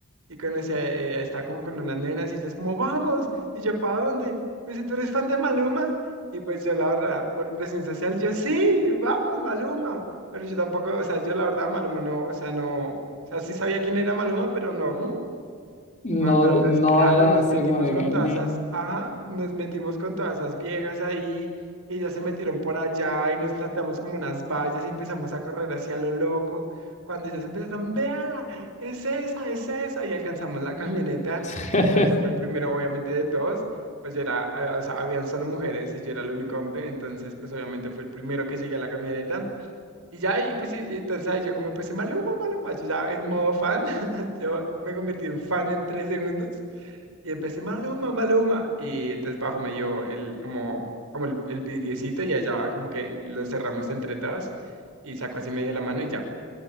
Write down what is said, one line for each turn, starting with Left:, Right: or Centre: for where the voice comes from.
Right: y conocía, eh, estaba como con unas nenas y ellas como, vamos, y yo, ¿para dónde? Me dice, ¿tú eres fan de Maluma? Y pues yo la verdad, por presión social, yo sí, vamos, Maluma, pero yo tampoco, o sea, yo la verdad Maluma no, o sea, no, o sea, sí sabía quién era Maluma, pero no. mm,
Left: No,
Right: cuando entonces,
Left: no
Right: claro,
Left: era
Right: nos
Left: así
Right: metimos
Left: como de
Right: con
Left: que,
Right: todas
Left: "Meh".
Right: esas, ajá, nos metimos con todas esas viejas ahí, y ya se metieron por allá y nos saltamos como unas vallas y empezamos a correr hacia lo loco. Cuando ellas empezaron, véala, es esa, es esa, y alcanzamos la camioneta.
Left: <laughs>
Right: Entonces yo fui el primero, obviamente, de todos, pues yo era, eh, o sea, habían solo mujeres y yo era el único hombre, entonces pues obviamente fui el primero que llegué a la camioneta. Y ya y pues, y, y entonces ahí yo como empecé, Maluma, Maluma, yo ya en modo fan, <laughs> yo me convertí en fan en tres segundos y empecé, Maluma, Maluma. Y entonces bajo me dio el, como, como el, el vidriecito y allá como que lo cerramos entre todos y sacó así medio la mano y ya.